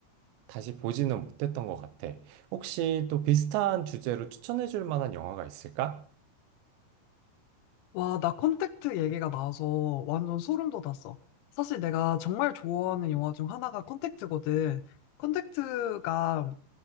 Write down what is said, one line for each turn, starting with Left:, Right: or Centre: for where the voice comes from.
Right: 다시 보지는 못했던 것 같아. 혹시 또 비슷한 주제로 추천해 줄 만한 영화가 있을까?
Left: 와, 나 컨택트 얘기가 나와서 완전 소름 돋았어. 사실 내가 정말 좋아하는 영화 중 하나가 컨택트거든. 컨택트가